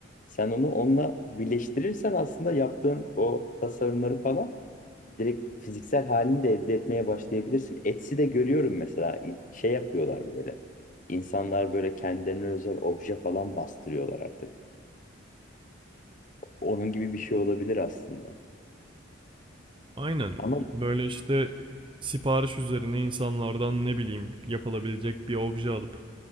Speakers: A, on the left; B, on the right.
A: Sen onu onunla birleştirirsen aslında yaptığın o tasarımları falan direkt fiziksel halini de elde etmeye başlayabilirsin. Etsy'de görüyorum mesela şey yapıyorlar böyle. İnsanlar böyle kendilerine özel obje falan bastırıyorlar artık. Onun gibi bir şey olabilir aslında.
B: Aynen.
A: Ama
B: Böyle işte sipariş üzerine insanlardan ne bileyim yapılabilecek bir obje alıp